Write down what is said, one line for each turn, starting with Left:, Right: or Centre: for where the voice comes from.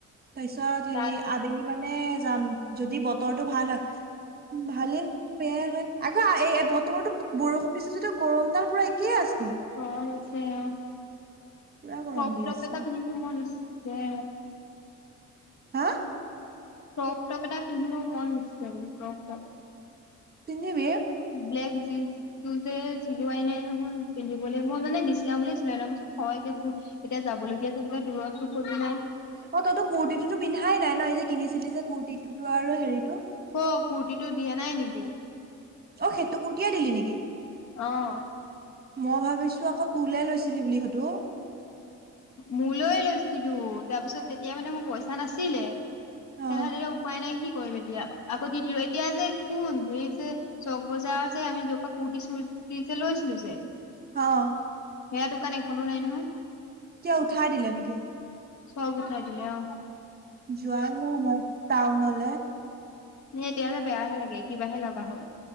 Right: তাৰ পিছত হেৰি
Left: তাত
Right: আবেলি মানে যাম, যদি বতৰটো ভাল হয়। ভালে হয় বেয়াই হয় আকৌ বতৰটো বৰষুণ দিছে যদি গৰমডাল পুৰা একেইে আছে।
Left: গৰম আছে। অ' ক্ৰপ
Right: পুৰা গৰম দি
Left: টপ
Right: আছে
Left: এটা পিন্ধিব মন আছে
Right: হা
Left: ক্ৰপটপ এটা পিন্ধিব মন হৈছে বোলে ক্ৰপটপ।
Right: পিন্ধবি।
Left: ব্লেক জিন্চ তো যে চিলোৱাই নাই নহয় পিন্ধিবলৈ, মই মানে নিচিলাও বুলি চিলোৱা নাই থ এতিয়া পুজ এতিয়া যাবলগীয়া তেনেকুৱা দূৰতো ক'তো নাই?
Right: অ' তইতো কুৰ্তিটোতো পিন্ধাই নাই ন এই যে কিনিছিলি যে কুৰ্তিটোতো আৰু হেৰিটো?
Left: হ' কুৰ্টিটো দিয়া নাই নেকি?
Right: অ' সেইটো কুৰটিয়াই দিলি নেকি?
Left: অ'।
Right: মই ভাবিছো আকৌ তোলে লৈছিলি বুলি সেইটো?
Left: মোলৈ লৈছিলো, তাৰপিছত তেতিয়া মানে মোৰ পইচা নাছিলে তেনেহ'লে
Right: অ
Left: এতিয়া উপায় নাই কি কৰিম এতিয়া আকৌ দি দিলো এতিয়া যে শুন এই যে চক বজাৰৰ যে আমি য'ৰ পৰা কুুৰ্তি চুৰ্তি যে লৈছিলো যে
Right: অ'।
Left: সেয়া দোকান এখনো নাই নহয়?
Right: কিয় উঠাই দিলে নেকি?
Left: চব উঠাই দিলে। অ'
Right: যোৱাও নাই মই টাউনলে।
Left: নে এতিয়লে বেয়াহে লাগে কিবাহে লগা হ'ল।